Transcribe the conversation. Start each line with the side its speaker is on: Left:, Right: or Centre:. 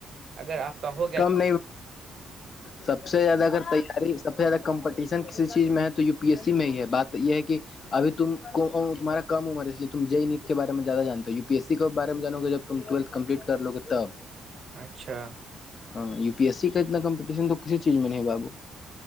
Right: اگر آپ کا ہو
Left: کم نہیں سب سے زیادہ اگر ارے سب سے زیادہ کمپٹیشن کسی چیز میں ہے تو ی پی ایس سی میں ہی ہے بات یہ ہے کہ <inaudible> اب تم تمہار کمر اس لیے تم جے نیٹ کے بارے میں زیاد جانتا ہو یو پی ای سی کے بارے میں جان گے جب تم ٹولتھ کمپلیٹ کروے تب
Right: اچھا
Left: ہاں یو پی ایس سی کا اتنا کمپٹیشن تو کسی چیز میں نہیں ہے بابو